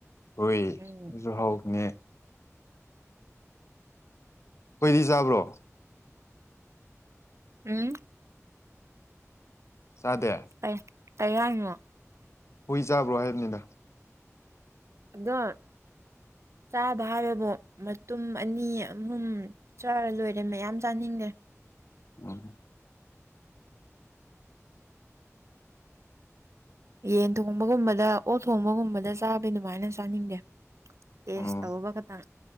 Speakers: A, on the left; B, on the right.
A: ꯍꯣꯏꯁꯨ
B: ꯎꯝ
A: ꯍꯥꯎꯅꯦ ꯍꯨꯏꯗꯤ ꯆꯥꯕ꯭ꯔꯣ
B: ꯎꯝ
A: ꯆꯥꯗꯦ
B: ꯀꯩ ꯀꯩꯍꯥꯏꯅꯣ
A: ꯍꯨꯏ ꯆꯥꯕ꯭ꯔꯣ ꯍꯥꯏꯕꯅꯤꯗ
B: ꯑꯗꯣ ꯆꯥꯕ ꯍꯥꯏꯕ ꯍꯥꯏꯔꯒ ꯃꯇꯨꯝ ꯑꯅꯤ ꯑꯍꯨꯝ ꯆꯥꯔ ꯂꯣꯏꯔꯦ ꯃꯌꯥꯝ ꯆꯥꯅꯤꯡꯗꯦ
A: ꯎꯝ
B: ꯌꯦꯟ ꯊꯣꯡꯕꯒꯨꯝꯕꯗ ꯑꯣꯠ ꯊꯣꯡꯕꯒꯨꯝꯕꯗ ꯆꯥꯕ ꯑꯗꯨꯃꯥꯏꯅ ꯆꯥꯅꯤꯡꯗꯦ ꯇꯦꯁ
A: ꯎꯝ
B: ꯇꯧꯕ ꯈꯇꯪ